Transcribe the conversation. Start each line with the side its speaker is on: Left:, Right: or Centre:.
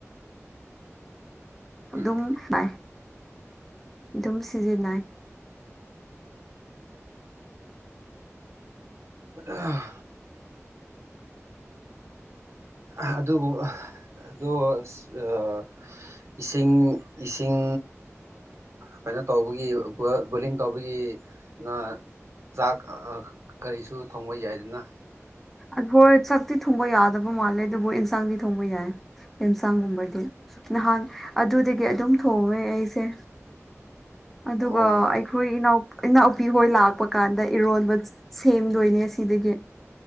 Centre: ꯑꯗꯨ
Right: ꯎꯝ
Centre: ꯝꯥꯏ ꯑꯗꯨꯝ ꯁꯤꯖꯤꯟꯅꯩ
Right: ꯑꯥ ꯑꯗꯨꯕꯨ ꯑꯥ ꯑꯗꯣ ꯑꯁ ꯑꯥ ꯏꯁꯤꯡ ꯏꯁꯤꯡ ꯀꯩꯅꯣ ꯇꯧꯕꯒꯤ ꯕꯣꯂꯤꯡ ꯇꯧꯕꯒꯤ ꯅ ꯆꯥꯛ ꯀꯔꯤꯁꯨ ꯊꯣꯡꯕ ꯌꯥꯏꯗꯅ
Centre: ꯑꯩꯈꯣꯢ ꯆꯥꯛꯇꯤ ꯊꯣꯡꯕ ꯌꯥ ꯗꯕ ꯃꯥꯜꯂꯦ ꯑꯗꯨꯕꯨ ꯑꯦꯟꯁꯥꯡꯗꯤ ꯊꯣꯡꯕ ꯌꯥꯏ ꯌꯦꯟꯁꯥꯡꯒꯨꯝꯕꯗꯤ ꯅꯍꯥꯟ ꯑꯗꯨꯗꯒꯤ ꯑꯗꯨꯝ ꯊꯣꯡꯑꯦ ꯑꯩꯁꯦ ꯑꯗꯨꯒ
Right: ꯑꯣ
Centre: ꯑꯩꯈꯣꯏ ꯏꯅꯥꯎ ꯏꯅꯥꯎꯄꯤ ꯍꯣꯏ ꯂꯥꯛꯄ ꯀꯥꯟꯗ ꯏꯔꯣꯟꯕ ꯁꯦꯝꯗꯣꯏꯅꯦ ꯁꯤꯗꯒꯤ